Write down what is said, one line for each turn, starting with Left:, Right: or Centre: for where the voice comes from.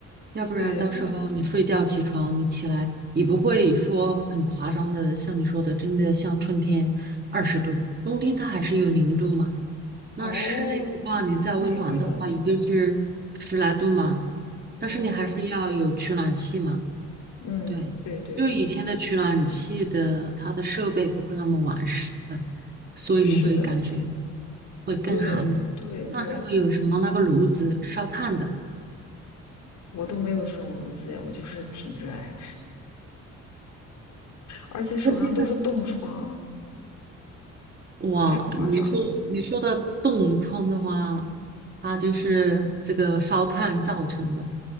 Right: 要不然到时候你睡觉起床，
Left: 对对对，
Right: 你起来也不会说很夸张的，像你说的，真的像春天二十度，冬天它还是有零度嘛。那室内的话，
Left: 哦，
Right: 你再温暖的话，
Left: 那也会冷
Right: 也就是十来度嘛。但是你还是要有取暖器嘛，
Left: 哦，嗯，
Right: 对，
Left: 对对对，
Right: 就以前的取暖器的它的设备不会那么完善，所以你会感觉
Left: 是的，
Right: 会更寒冷。
Left: 对对对，
Right: 那时候有什么那个炉子烧炭的，
Left: 我都没有这种炉子，呀，我就是挺着哎，而且手上都是冻疮，
Right: 我记得。哇，
Left: 太夸张
Right: 你说你说的冻疮的话，它就是这个烧炭造成的。